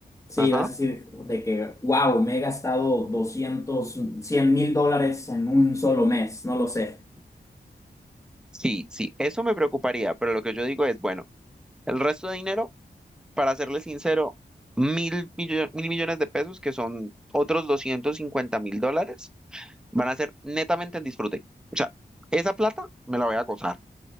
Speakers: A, on the left (about 20°); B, in the centre.
A: sí,
B: Ajá.
A: vas a decir de que, wow, me he gastado 200 100 mil dólares en un solo mes, no lo sé.
B: Sí, sí, eso me preocuparía, pero lo que yo digo es, bueno, el resto de dinero para serle sincero, mil, millo- mil millones de pesos, que son otros doscientos cincuenta mil dólares, van a ser netamente en disfrute. O sea, esa plata me la voy a gozar,